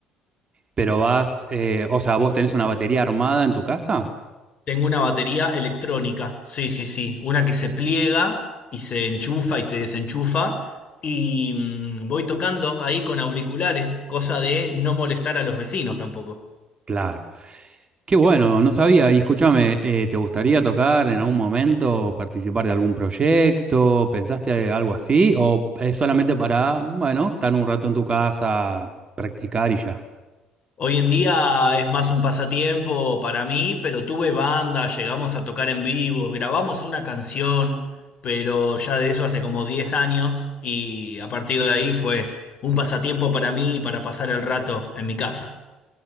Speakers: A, on the right; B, on the left.
A: Pero vas, eh, o sea, ¿vos tenés una batería armada en tu casa?
B: Tengo una batería electrónica, sí, sí, sí, una que se pliega y se enchufa y se desenchufa y mm, voy tocando ahí con auriculares, cosa de no molestar a los vecinos tampoco.
A: Claro. Qué bueno, no sabía. Y escúchame, eh, ¿te gustaría tocar en algún momento, participar de algún proyecto? ¿Pensaste algo así? ¿O es solamente para, bueno, estar un rato en tu casa, practicar y ya?
B: Hoy en día es más un pasatiempo para mí, pero tuve banda, llegamos a tocar en vivo, grabamos una canción, pero ya de eso hace como 10 años y a partir de ahí fue un pasatiempo para mí y para pasar el rato en mi casa.